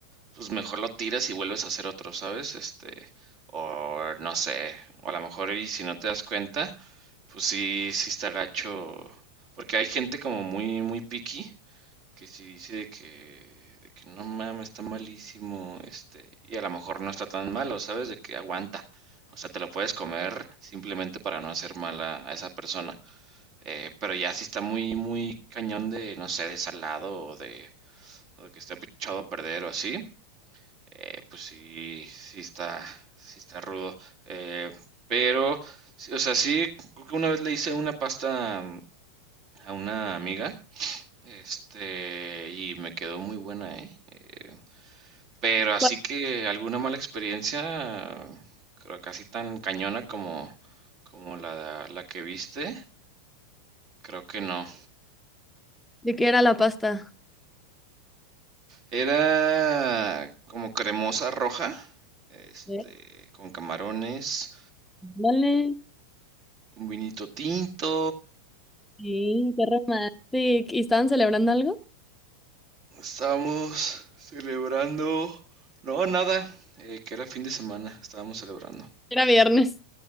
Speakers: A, on the right; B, in the centre.
A: pues mejor lo tiras y vuelves a hacer otro, ¿sabes? Este, o no sé, o a lo mejor y si no te das cuenta, pues sí, sí está gacho, porque hay gente como muy, muy picky que si dice de que, de que no mames, está malísimo, este, y a lo mejor no está tan malo, ¿sabes? De que aguanta. O sea, te lo puedes comer simplemente para no hacer mal a, a esa persona. Eh, pero ya si está muy, muy cañón de, no sé, de salado o de, o de que esté echado a perder o así, eh, pues sí, sí está, sí está rudo. Eh, pero, sí, o sea, sí, creo que una vez le hice una pasta a una amiga este, y me quedó muy buena, ¿eh? Eh, pero así
B: Bueno,
A: que alguna mala experiencia, creo casi tan cañona como, como la, la que viste, creo que no.
B: ¿De qué era la pasta?
A: Era como cremosa roja, este,
B: eh,
A: con camarones,
B: Dale.
A: un vinito tinto,
B: Sí, qué romántico. ¿Y estaban celebrando algo?
A: estábamos celebrando, no, nada, eh, que era fin de semana, estábamos celebrando.
B: Era viernes.